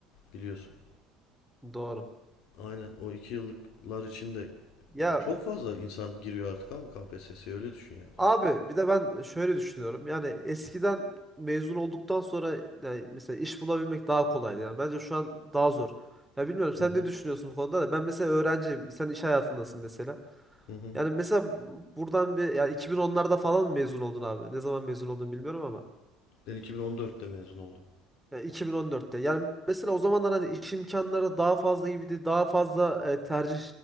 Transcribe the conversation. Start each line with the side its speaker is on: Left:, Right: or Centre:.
Left: biliyorsun.
Centre: Doğru.
Left: Aynen o iki yıllıklar içinde
Centre: Ya
Left: çok fazla insan giriyor artık abi KPSS'ye öyle düşün yani.
Centre: abi bir de ben şöyle düşünüyorum. Yani eskiden mezun olduktan sonra yani mesela iş bulabilmek daha kolaydı. Yani bence şu an daha zor. Ya bilmiyorum sen
Left: Hı hı
Centre: ne düşünüyorsun bu konuda da ben mesela öğrenciyim. Sen iş hayatındasın mesela.
Left: hı hı.
Centre: Yani mesela bu- buradan bir yani 2010'larda falan mı mezun oldun abi? Ne zaman mezun oldun bilmiyorum ama.
Left: Ben 2014'te mezun oldum.
Centre: Yani 2014'te. Yani mesela o zamanlar hani iş imkanları daha fazla gibiydi. Daha fazla e, tercih